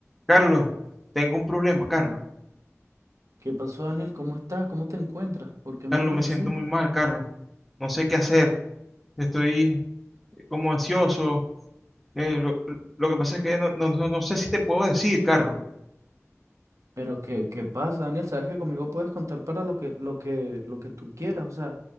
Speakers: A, in the centre; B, on the right.
A: Carlos, tengo un problema, Carlos.
B: ¿Qué pasó, Daniel? ¿Cómo estás? ¿Cómo te encuentras? ¿Por qué me
A: Carlos,
B: hablas
A: me siento
B: así?
A: muy mal, Carlos. No sé qué hacer. Estoy eh, como ansioso. Eh, lo, lo- que pasa es que no, no- no- no sé si te puedo decir, Carlos.
B: Pero ¿qué, qué pasa, Daniel? Sabes que conmigo puedes contar para lo que, lo que, lo que tú quieras. O sea,